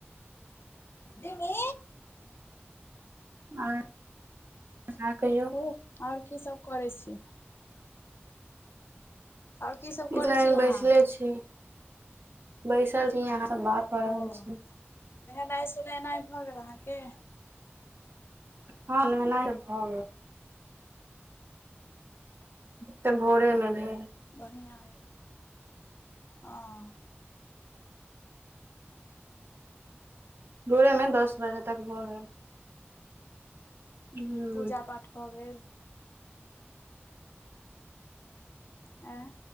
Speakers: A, on the left (about 60°); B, on the right (about 60°).
A: दीमी
B: आँ हँ कहियौ।
A: कहू आओर की सभ करै छी? आओर की सब करै
B: इतना दिन
A: छी
B: बैसले
A: अहाँ
B: छी, बैसल छी अहाँ से बात क रहल
A: ओ
B: छी।
A: नहेनाइ -सुनेनाइ भऽ गेल अहाँके?
B: हँ नहेनाइ भऽ गेल। ओ त भोरे मे भेल।
A: बढ़िआ अय। हँ।
B: दूरेमे दस बजे तक भऽ गेल।
A: हँ
B: हूं
A: पूजा- पाठ भऽ गेल। आ।